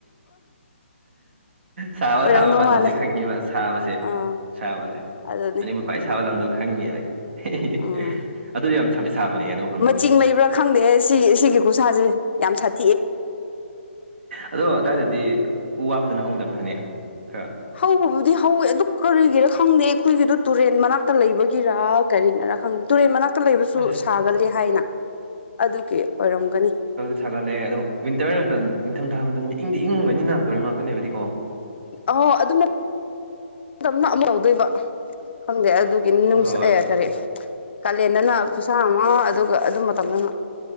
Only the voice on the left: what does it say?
ꯑꯣꯏꯔꯝꯗꯧ
ꯃꯥꯜꯂꯦ
ꯑꯥ
ꯑꯗꯨꯅꯦ
ꯎꯝ
ꯃꯆꯤꯡ ꯂꯩꯕ꯭ꯔꯥ ꯈꯪꯗꯦ ꯁꯤ ꯁꯤꯒꯤ ꯈꯨꯁꯥꯁꯦ ꯌꯥꯝ ꯁꯠ
ꯍꯧꯕꯕꯨꯗꯤ ꯍꯧꯋꯦ ꯑꯗꯨ ꯀꯔꯤꯒꯤꯔꯥ ꯈꯪꯗꯦ ꯑꯩꯈꯣꯏꯒꯤꯗ ꯇꯨꯔꯦꯟ ꯃꯅꯥꯛꯇ ꯂꯩꯕꯒꯤꯔ ꯀꯔꯤꯅꯔꯥ ꯈꯪꯗꯦ ꯇꯨꯔꯦꯟ ꯃꯅꯥꯛꯇ ꯂꯩꯕꯁꯨ
ꯁꯥꯒꯜꯂꯤ ꯍꯥꯏꯅ ꯑꯗꯨꯒꯤ ꯑꯣꯏꯔꯝꯒꯅꯤ
ꯑ ꯑꯗꯨꯝ ꯗꯝꯅ ꯑꯃꯍꯧꯗꯣꯏꯕ ꯈꯪꯗꯦ ꯑꯗꯨꯒꯤ ꯅꯨꯡꯁ
ꯑꯦ ꯀꯔꯤ ꯀꯥꯂꯦꯟꯗꯅ ꯈꯨꯠꯁꯥ ꯑꯃ ꯑꯗꯨꯒ ꯑꯗꯨ ꯃꯇꯝꯗꯅ